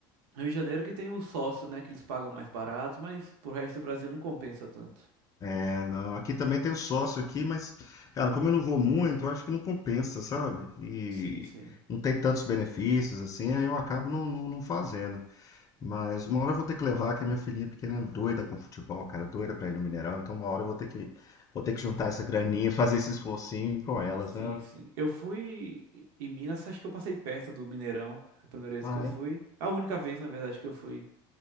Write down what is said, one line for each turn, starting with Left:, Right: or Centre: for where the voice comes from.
Right: Rio de Janeiro que tem o sócio, né? Que eles pagam mais barato, mas pro resto do Brasil não compensa tanto.
Left: É, não, aqui também tem o sócio aqui, mas, cara, como eu não vou muito, eu acho que não compensa, sabe? E
Right: Sim, sim.
Left: não tem tantos benefícios, assim, aí eu acabo não, não, não fazendo. Mas uma hora eu vou ter que levar, que minha filhinha pequena é doida com futebol, cara, doida pra ir no Mineirão, então uma hora eu vou ter que, vou ter que
Right: Tem
Left: juntar
Right: que-
Left: essa graninha, <laughs> fazer esse esforcinho com elas,
Right: Sim,
Left: né?
Right: sim. Eu fui em em Minas, acho que eu passei perto do Mineirão. A primeira vez
Left: Ah,
Right: que eu fui.
Left: é?
Right: A única vez, na verdade, que eu fui